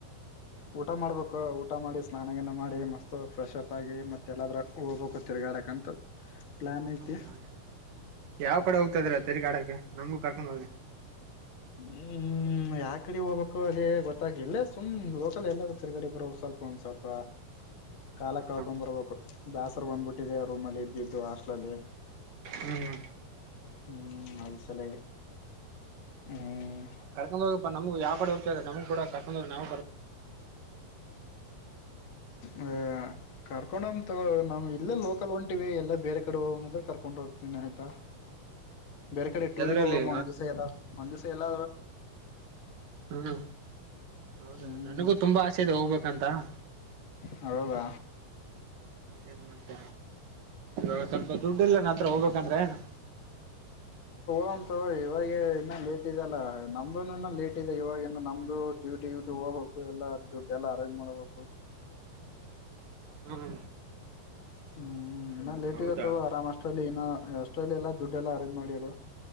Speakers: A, on the left; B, on the right.
A: ಊಟ ಮಾಡ್ಬೇಕು ಊಟ ಮಾಡಿಸ ಸ್ನಾನಗಾನ ಮಾಡಿ ಮಸ್ತು ಫ್ರೆಶ್ಪ್ ಆಾಗಿ ಮತ್ತುತ್ತೆಲ್ಲಾದರೂ ಹೋಗ್ಬೇಕು ತಿರ್ಗಾಡಕ್ಕಂತ ಪ್ಲಾನ್ ಐತೆ
B: ಹೌದಾ ಯಾವ್ ಕಡೆ ಹೋಗ್ತಾ ಇದ್ರ ತೆರಿಗಾಡಕ್ಕೆ ನಮಗೂ ಕರ್ಕೊಂಡ್ ಹೋಗಿ
A: ಹ್ಮ್ ಯಾಕ ಗಡೆ ಹೋಗ್ಬೇಕು ಅದೇ ಗೊತ್ತಾಗಿ ಇಲ್ಲೇ ಸುಮ್ ಲೋಕಲ್ ಎಲ್ಲ ತಿರ್ಗಡೆಬ್ರು ಸ್ವಲ್ಪ ಒಂದ್ ಸ್ವಲ್ಪ ಕಾಲಕ್
B: ಹ್ಮ್
A: ಕಳ್ಕೊಂಡ್
B: ಹ್ಮ್
A: ಬರ್ಬೇಕು ಬೇಾಸರ್ ಬಂದ್ಬಿಟ್ಟಿದೆ ರೂಮ್ ಅಲ್ಲಿ ಇದ್ದಿದ್ದು ಹಾಸ್ಟ್ಲಲ್ಲಿ
B: ಹ
A: ಹ್ಮ್ ಅದು ಸಲ ಹ್ಮ್
B: ಕರ್ಕೊಂಡ ಹೋಗಪ್ಪ ನಮ್ಗ ಯಾವ ಕಡೆ ಹೋಗ್ತ್ರ ನಮ ಕೂ ಕರ್ಕೊಂಡೋಗ ನಾವು
A: ಹ ಕರ್ಕೊಂಡ ತ ನಮ್ ಇಲ್ಲೇ ಲೋಕಲ್ ಒಂಟ ಇಿವ ಎಲ್ಲಾ ಬೇರೆ ಕಡೆ ಹೋಗ ಅಂದ್ರ ಕರ್ಕೊಂಡು ಹೋಗ್ತೀನಿ ಆಯ್ತಾ ಬೇರೆ ಕಡೆ ಟೂರಿಗೆ
B: ಎದರಲ್ಲಿ
A: ಹೋಗಮ್ಮ ಒಂದ್ ದಿವಸ ಎಲ್ಲ ಒಂದ ದಿವಸ ಎಲ್ಲ
B: ಹ್ಮ ಹೌದಾ
A: ಹ್ಮ್
B: ನನಗೂ ತುಂಬಾ ಆಸೆ ಇದೆ ಹೋಗ್ಬೇಕಂತ ಹಾ
A: ಹೌದಾ
B: ಏನ್ ಮಾಡತ ಇವಾಗ ಸ್ವಲ್ಪ ದುಡ್ ಇಲ್ಲ ನ ಹತ್ರ ಹೋಗ್ಬೇಕಂದ್ರೆ ಏ
A: ಹಮ್ಮ ತ ಇವಾಗ ಇನ್ನ ಲೇಟ್ ಇದೆಲ್ಲ ನಮ್ದು ಇ ಲೇಟ್ ಇದೆ ಇವವಾಗಿ ನಮ್ದು ಡ್ಯಟಿ ವ್ಯೂಟಿ ಹೋಗ್ಬೇಕು ಎಲ್ಲಾ ದುಡ್ಡು ಎಲ್ಲ ಅರೇಂಜ್ ಮಾಡ ಹೋಗ
B: ಹ್ಮ್
A: ಹ್ಮ್ ಇನ ಲೇಟ್ಗತ್ತವ
B: ಹೌದಾ
A: ಅರಾಮಷ್ಟರಲ್ಲಿ ಏನ ಅಷ್ಟಲ್ಲಿ ಎಲ್ಲಾ ದುಡ್ಡು ಎಲ್ಲಾ ಅರೇಂಜ್ ಮಾಡಿರು